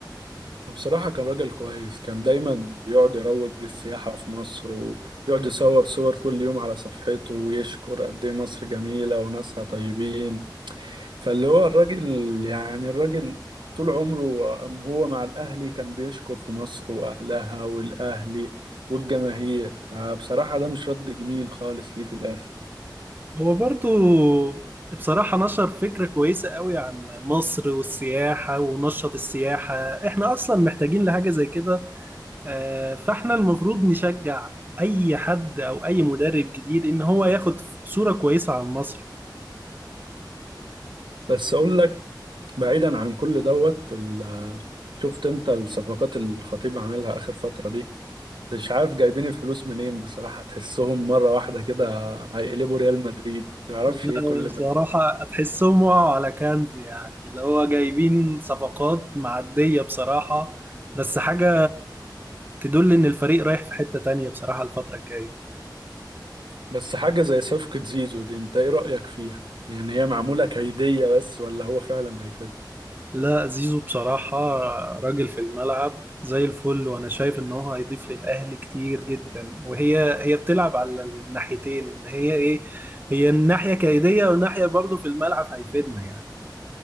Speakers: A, on the right (about 80°); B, on the right (about 25°).
A: بصراحة كان راجل كويس كان دايما بيقعد يروج للسياحة في مصر ويقعد يصور صور كل يوم على صفحته ويشكر قد إيه مصر جميلة وناسها طيبين فاللي هو الراجل يعني الراجل طول عمره هو مع الأهلي كان بيشكر في مصر وأهلها والأهلي والجماهير فبصراحة ده مش رد جميل خالص ليه في الآخر
B: هو برضو بصراحة نشر فكرة كويسة قوي عن مصر والسياحة ونشط السياحة احنا أصلا محتاجين لحاجة زي كده آه، فاحنا المفروض نشجع أي حد أو أي مدرب جديد إن هو ياخد صورة كويسة عن مصر
A: بس أقول لك بعيدا عن كل دوت ال- شفت انت الصفقات اللي الخطيب عاملها اخر فترة دي مش عارف جايبين الفلوس منين بصراحة تحسهم مرة واحدة كده هيقلبوا ريال مدريد تعرفش
B: لا،
A: ايه كل
B: بصراحة
A: ده
B: هتحسهم وقعوا على كنز يعني اللي هو جايبين صفقات معدية بصراحة بس حاجة تدل إن الفريق رايح في حتة تانية بصراحة الفترة الجاية
A: بس حاجة زي صفقة زيزو دي انت ايه رأيك فيها يعني هي معمولة كيدية بس ولا هو فعلا هيفيد
B: لا زيزو بصراحة راجل في الملعب زي الفل وأنا شايف إن هو هيضيف للأهلي كتير جدا وهي هي بتلعب على الناحيتين إن هي إيه هي الناحية كيدية والناحية برضو في الملعب هيفيدنا يعني